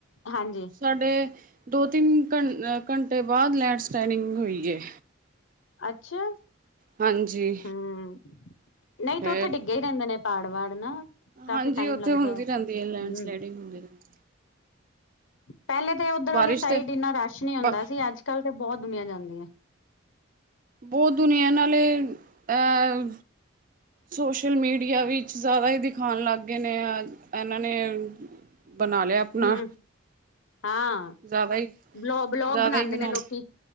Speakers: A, on the left; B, on the right.
A: ਹਾਂਜੀ।
B: ਸਾਡੇ ਦੋ, ਤਿੰਨ ਘ ਘੰਟੇ ਬਾਅਦ ਲੈਂਡ ਸਲਾਈਡਿੰਗ ਹੋਈ ਏ।
A: ਅੱਛਾ,
B: ਹਾਂਜੀ
A: ਹੂੰ ਨਈ
B: ਫੇਰ
A: ਤੇ ਉੱਥੇ ਡਿੱਗੇ ਹੀ ਰਹਿੰਦੇ ਨੇ ਪਹਾੜ ਵਾੜ ਨਾ ਕਾਫੀ
B: ਹਾਂਜੀ,
A: ਟਾਈਮ
B: ਉੱਥੇ
A: ਲੱਗਦਾ
B: ਹੁੰਦੀ ਰਹਿੰਦੀ ਐ ਲੈਂਡਸਲਾਈਡਿੰਗ
A: ਹੂੰ,
B: ਹੁੰਦੀ ਰਹਿੰਦੀ।
A: ਪਹਿਲੇ ਤੇ ਉੱਧਰ
B: ਬਾਰਿਸ਼
A: ਵਾਲੀ ਸਾਈਡ
B: ਤੇ
A: ਇੰਨਾ ਰਸ਼ ਨਹੀਂ ਹੁੰਦਾ
B: ਬ
A: ਸੀ, ਅੱਜ-ਕੱਲ ਤੇ ਬਹੁਤ ਦੁਨੀਆਂ ਜਾਂਦੀ ਏ।
B: ਬਹੁ ਦੁਨੀਆਂ ਨਾਲੇ ਅਹ ਸੋਸ਼ਲ ਮੀਡੀਆ ਵਿੱਚ ਜ਼ਾਦਾ ਹੀ ਦਿਖਾਣ ਲੱਗ ਗਏ ਨੇ, ਅੱਜ ਇਹਨਾਂ ਨੇ ਬਣਾ ਲਿਆ ਆਪਣਾ।
A: ਹੂੰ, ਹਾਂ
B: ਜ਼ਿਆਦਾ ਹੀ,
A: ਬਲੋ ਬਲੋਗ
B: ਜ਼ਿਆਦਾ
A: ਬਣਾਦੇ
B: ਹੀ ਵੀ
A: ਨੇ
B: <unintelligible> ਨਾਲ
A: ਲੋਕੀ